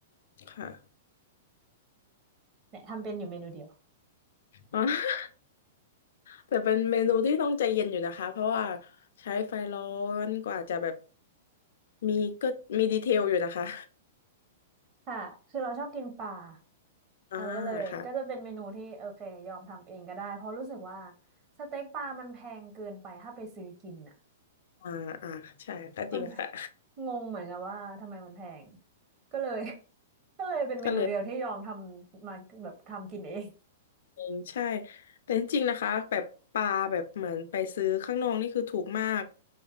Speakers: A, on the left; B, on the right.
A: ค่ะ
B: เนี่ยทำเป็นอยู่เมนูเดียว
A: อ๋อ แต่เป็นเมนูที่ต้องใจเย็นอยู่นะคะเพราะว่าใช้ไฟร้อนกว่าจะแบบมีก็มีดีเทลอยู่นะคะ
B: ค่ะคือเราชอบกินปลา
A: อ่า
B: เออก็เลยก็จะเป็นเมนูที่โอเคยอมทำเองก็ได้เพราะรู้สึกว่า
A: ค่ะ
B: สเต็กปลามันแพงเกินไปถ้าไปซื้อกินอ่ะ
A: อ่าอ่าใช่ก็จริงค่ะ
B: มันงงเหมือนกันว่าทำไมมันแพงก็เลย <laughs> ก็เลยเป็นเมนูเดียวที่ยอมทำมาแบบทำกินเอง
A: ก็เลย
B: <laughs>
A: เองใช่แต่จริงๆนะคะแบบปลาแบบเหมือนไปซื้อข้างนอกนี่คือถูกมาก